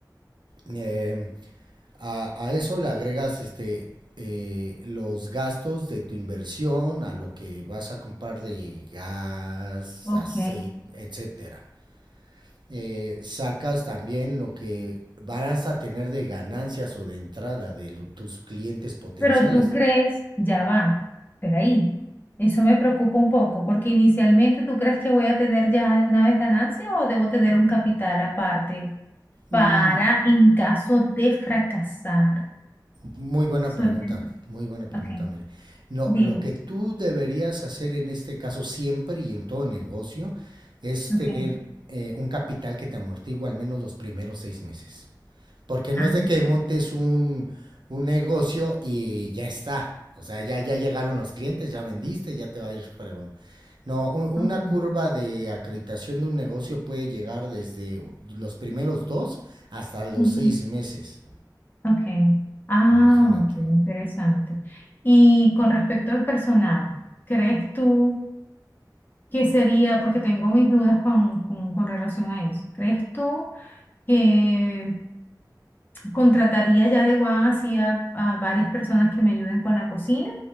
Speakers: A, on the right; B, on the left.
A: Em, a, a eso le agregas este, eh, los gastos de tu inversión, a lo que vas a comprar de gas,
B: ok.
A: aceite, etcétera. Eh, sacas también lo que vas a tener de ganancias o de entrada de lo- tus clientes potenciales.
B: Pero tú crees, ya va, pero ahí, eso me preocupa un poco, porque inicialmente tú crees que voy a tener ya de una vez ganancia o debo tener un capital aparte para
A: Mm,
B: en caso de fracasar.
A: Muy buena
B: Solven-
A: pregunta, muy buena pregunta,
B: Ok,
A: Mary. No,
B: dime.
A: lo que tú deberías hacer en este caso siempre y en todo negocio es
B: Ok.
A: tener eh, un capital que te amortigua al menos los primeros seis meses. Porque no
B: Ah,
A: es de que montes un, un negocio y ya está. O sea, ya, ya llegaron los clientes, ya vendiste, ya te va a ir fregón. No, un- una
B: ok.
A: curva de acreditación de un negocio puede llegar desde los primeros dos hasta los
B: Ujú.
A: seis meses.
B: Ok. Ah,
A: Imagínate.
B: ok, interesante. Y con respecto al personal, ¿crees tú que sería, porque tengo mis dudas con, con, con relación a eso, ¿crees tú? que contrataría ya de One así a, a varias personas que me ayuden con la cocina?